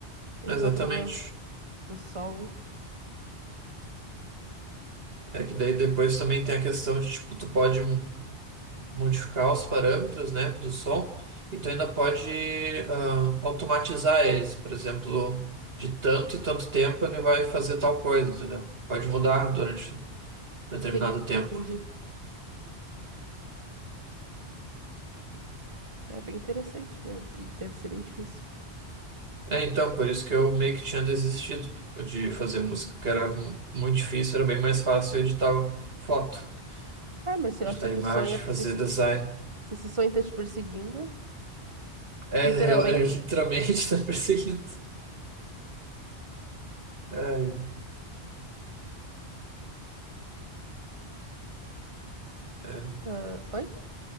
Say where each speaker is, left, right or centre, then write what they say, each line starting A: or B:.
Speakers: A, on the right; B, on the right.
A: Esse
B: exatamente.
A: que é o problema. Se fosse só um,
B: É que daí depois também tem a questão de, tipo, tu pode modificar os parâmetros, né, do som, e tu ainda pode ah, automatizar eles. Por exemplo, de tanto e tanto tempo ele vai fazer tal coisa, entendeu? Pode mudar durante determinado
A: sim,
B: tempo.
A: entendi. É bem interessante, né? e deve ser bem difícil.
B: É, então, por isso que eu meio que tinha desistido de fazer música, porque era mu- muito difícil, era bem mais fácil editar foto,
A: Ah, mas eu
B: editar
A: acho que tu
B: imagem,
A: sonha,
B: fazer
A: se, esse-
B: design.
A: se esse sonho tá te perseguindo,
B: É,
A: literalmente.
B: é, é literalmente <laughs> tá perseguindo. Ai, É,
A: ah, oi?